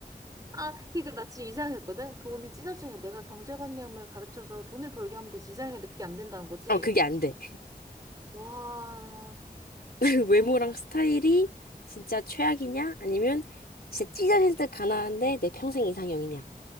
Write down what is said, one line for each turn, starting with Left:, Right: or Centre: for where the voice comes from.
Right: 아, 그니까 나 지금 이상했거든? 돈이 찢어지면 내가 경제관념을 가르쳐서 돈을 벌게 하면 되지. 이상했는데 그게 안 된다는 거지?
Left: 어, 그게 안 돼.
Right: 와,
Left: <laughs>
Right: 이거.
Left: 외모랑 스타일이 진짜 최악이냐? 아니면 진짜 찢어질 듯 가난한데 내 평생 이상형이냐?